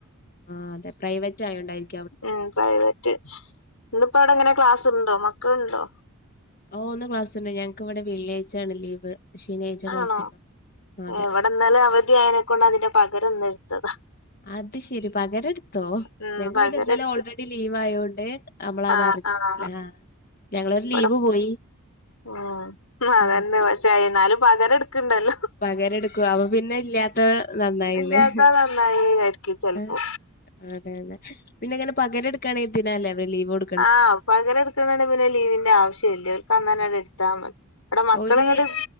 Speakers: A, on the left; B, on the left.
A: ആഹ് അതെ പ്രൈവറ്റായോണ്ടായിരി
B: ഉം പ്രൈവറ്റ് ഇന്ന്പ്പ അവ്ടെങ്ങനെ ക്ലാസ്ണ്ടോ മക്കൾണ്ടോ
A: ഓഹ് ഇന്ന് ക്ലാസ്ണ്ട് ഞങ്ങ്ക്ക് ഇവടെ വെള്ളിയാഴ്ച്ചാണ് ലീവ് ശനിയാഴ്ച ക്ലാസ്
B: ആണോ
A: ഉണ്ടാവും അതെ
B: ഇവടെ ഇന്നലെ അവധി ആയനെക്കൊണ്ട് അതിന്റെ പകരന്ന്ട്ത്തതാ
A: അത് ശെരി പകരട്ത്തോ
B: ഉം
A: ഞങ്ങ്ക്ക്
B: പകരം
A: പിന്നെ ഇന്നലെ
B: എടുത്ത്
A: ഓൾറെഡി ലീവായോണ്ട് അമ്മളതറ്
B: ആഹ് ആഹ്
A: ലാ ഞങ്ങളൊരു
B: ഇവിടെ
A: ലീവ് പോയി
B: ഉം അതന്നെ
A: ആ
B: പക്ഷേ അയ്ന്നാലും പകരട്ക്ക്ണ്ടല്ലോ
A: പകരട്ക്കു അപ്പ പിന്നെ ഇല്ല്യാത്തഹ് നന്നായിന്ന്ഹ്
B: ഇല്ലാത്ത നന്നായി ആയിരിക്കും ചെലപ്പോ
A: ആഹ് അതെന്നെ പിന്നെങ്ങനെ പകരട്ക്കാണേ എന്തിനാല്ലെ അവര് ലീവൊട്
B: ആഹ് പകരട്ക്ക്ണാണേ പിന്നെ ലീവിന്റെ ആവശ്യല്ല്യ ഓൽക്ക് അന്നെന്നൺട്ത്താ മത് ഇബടെ മക്കള്ങ്ങട്ട്
A: ഒരു